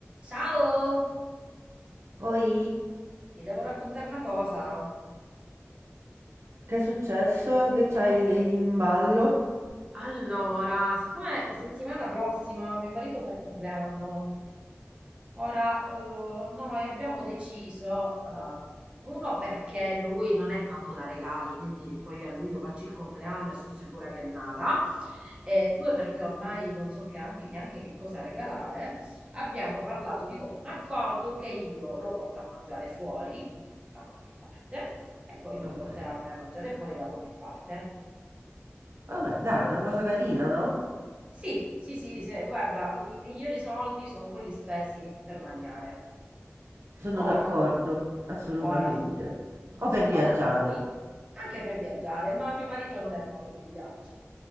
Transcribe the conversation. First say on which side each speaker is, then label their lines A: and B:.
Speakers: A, on the right; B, on the right.
A: Ciao,
B: Oi,
A: ti devo raccontare una cosa.
B: che è successo? Che c'hai in ballo?
A: Allora, siccome settimana prossima mio marito fa il compleanno Ora, eh, noi abbiamo deciso, eh, uno perché lui non è tanto da regali, quindi poi a luglio faccio il compleanno e sono sicura che nada, e due perché ormai non so che anche- neanche che cosa regalare, abbiamo parlato di comune accordo che io lo porto a mangiare fuori da qualche parte e poi lui
B: Ok,
A: porterà me a mangiare fuori da qualche parte.
B: vabbè, dai, è una cosa carina, no?
A: Sì, sì, sì, se- guarda, i migliori soldi sono quelli spesi per mangiare.
B: Sono
A: Ora,
B: d'accordo, assolutamente.
A: ora,
B: O
A: siccome
B: per viaggiare.
A: a lui, anche per viaggiare, ma mio marito non è tanto per i viaggi,